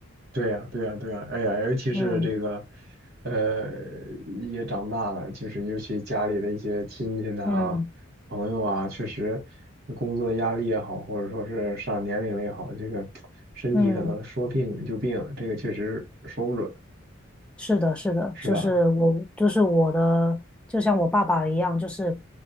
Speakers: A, on the right; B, in the centre.
A: 对呀，对呀，对呀，哎呀，尤其是这个，
B: 嗯
A: 呃，也长大了，就是尤其家里的一些亲戚呐、
B: 嗯
A: 朋友啊，确实工作压力也好，或者说是上年龄了也好，这个身体可能说病就病了，
B: 嗯。
A: 这个确实说不准，
B: 是的，是的，
A: 是吧？
B: 就是我，就是我的，就像我爸爸一样，就是